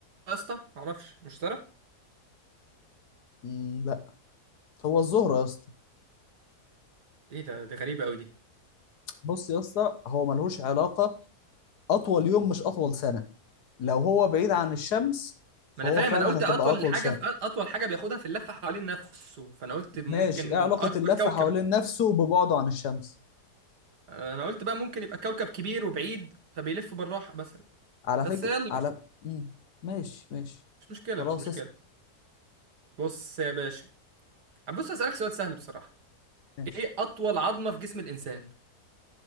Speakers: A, on the right; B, on the left.
A: يا اسطى معرفش مشتري
B: مم، هو الزهرة يا اسطى
A: ايه ده ده غريبة قوي دي
B: بص يا اسطى هو ملهوش علاقة أطول يوم مش أطول سنة لو هو بعيد عن الشمس فهو
A: ما انا فاهم
B: فعلا
A: انا قلت
B: هتبقى
A: اطول
B: أطول
A: حاجه في اطول حاجه بياخدها في اللفه حوالين نفسه فانا قلت ممكن
B: ماشي إيه علاقة
A: اكبر
B: اللف
A: كوكب
B: حوالين نفسه ببعده عن الشمس
A: انا قلت بقى ممكن يبقى كوكب كبير وبعيد فبيلف بالراحه مثلا
B: على
A: بس
B: فكرة
A: يلا
B: على
A: مش
B: مم. ماشي ماشي
A: مش مشكله
B: خلاص
A: مش مشكله
B: اسأل
A: بص يا باشا بص اسالك سؤال سهل بصراحه
B: ماشي
A: ايه اطول عظمه في جسم الانسان